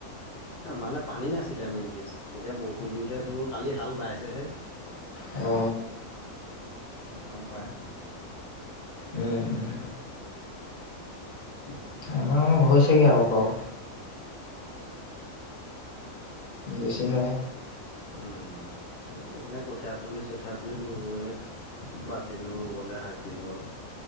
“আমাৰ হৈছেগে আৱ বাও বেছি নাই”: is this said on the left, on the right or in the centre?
Left